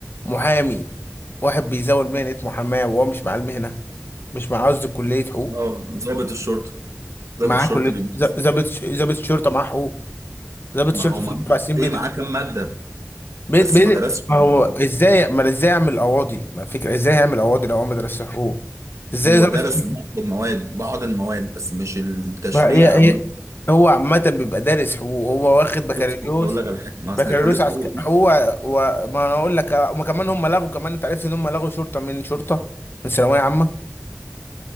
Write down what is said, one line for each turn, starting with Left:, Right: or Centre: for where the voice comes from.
Left: محامي واحد بيزاول مهنة محاماة وهو مش مع المهنة مش مع قصدي كلية حقوق
Right: اه ضابط الشرطه ضابط
Left: معاه
Right: الشرطه
Left: كلية
Right: بيميز
Left: ز- ضابط ش- ضابط شرطة معاه حقوق ضابط
Right: ما
Left: شرطة
Right: هو معاه
Left: في الأربع سنين
Right: ايه
Left: بيدرس
Right: معاه كام
Left: حقوق
Right: ماده
Left: بي-
Right: بس
Left: بي-
Right: ما درسش
Left: ما
Right: ال-
Left: هو ازاي ما ازاي يعمل قواضي ما الفكرة ازاي هيعمل قواضي لو هو ما درسش حقوق ازاي
Right: هو
Left: ضابط
Right: درس
Left: شرطة
Right: بعض المواد بعض المواد بس مش التشريع
Left: ما هي
Right: عامه
Left: هي هو عامة بيبقى دارس حقوق هو واخد بكالوريوس
Right: بص هقول لك على حاجه ما اصل
Left: بكالوريوس
Right: كليه حقوق
Left: عسكري هو و... ما انا اقول لك ما كمان هم لغوا كمان انت عرفت ان هم لغوا شرطه من شرطه من ثانويه عامه